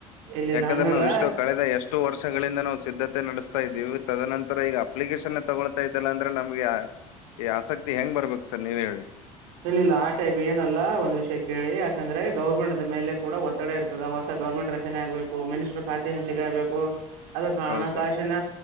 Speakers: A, on the right; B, on the left.
A: ಇಲ್ಲ ಇಲ್ಲ
B: ಯಾಕಂದ್ರೆ
A: ಹಂಗಲ್ಲ
B: ನಾವು ಇಷ್ಟು ಕಳೆದ ಎಷ್ಟು ವರ್ಷಗಳಿಂದ ನಾವು ಸಿದ್ಧತೆ ನಡೆಸ್ತಾ ಇದ್ದೀವಿ ತದನಂತರ ರ ಈಗ ಅಪ್ಲಿಕೇಶನ್ ತಗೊಳ್ತಾ ಇದ್ದಲ್ಲ ಅಂದ್ರೆ ನಮ್ಗೆ ಈ ಆಸಕ್ತಿ ಹೆಂಗ ಬರ್ಬೇಕು ಸರ್ ನೀವೇ ಹೇಳಿ
A: ಇಲ್ಲ ಇಲ್ಲ ಆ ಟೈಪ್ ಏನಲ್ಲ ಒಂದ್ ವಿಷಯ ಕೇಳಿ ಯಾಕಂದ್ರೆ ಗೌರ್ಮೆಂಟ್ದ ಮೇಲೆ ಕೂಡ ಒತ್ತಡ ಇರ್ತದೆ ಹೊಸ ಗರ್ಮೆಟ್ ರಚನೆ ಆಗ್ಬೇಕು ಮಿನಿಸ್ಟರ್ ಖಾತೆ ಹಂಚಿಕೆ ಆಗ್ಬೇಕು ಅದು ಹಣಕಾಸಿನ
B: ಹೌದು ಸರ್